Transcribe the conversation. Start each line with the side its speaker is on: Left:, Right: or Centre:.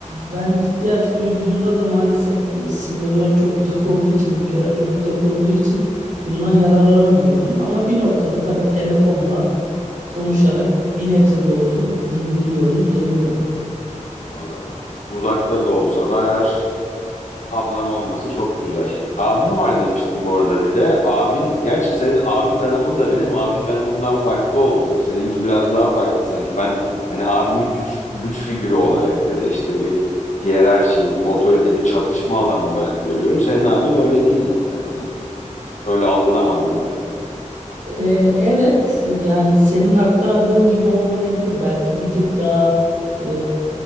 Right: ben ihtiyaç duyduğumda da maalesef e, sınırlar çok uzak olduğu için, ülkeler çok uzak olduğu için bundan yararlanamıyorum. Ama bir noktada tabii telefonla konuşarak bir nebze de olsun dindiriyoruz diyebilirim.
Left: Vallahi uzakta da olsalar Ablan olması çok güzel. Abim var demiştim bu arada bir de. Abin, gerçi senin abi tanımın da benim abi tanımımdan farklı oldu. Seninki biraz daha farklı sanki. Ben hani abimi güç güç figürü olarak ya da işte bir hiyerarşi, bir otorite, bir çatışma alanı olarak görüyorum. Senin abin öyle değil muhtemelen. Öyle algılamadım ben.
Right: Ee, evet yani senin aktardığın gibi olmayabilir belki bir tık daha e,